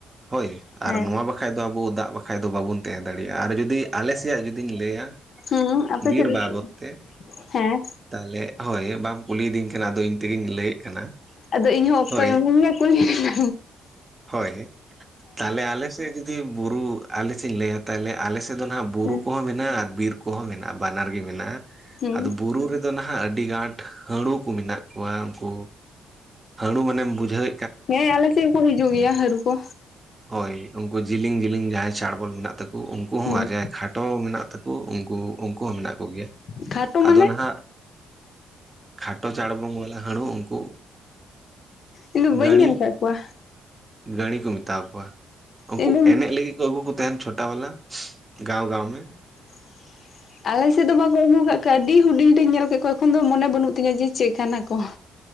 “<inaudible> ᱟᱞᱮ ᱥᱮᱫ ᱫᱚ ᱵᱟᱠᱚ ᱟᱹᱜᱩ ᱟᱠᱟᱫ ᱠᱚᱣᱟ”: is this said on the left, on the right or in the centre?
Left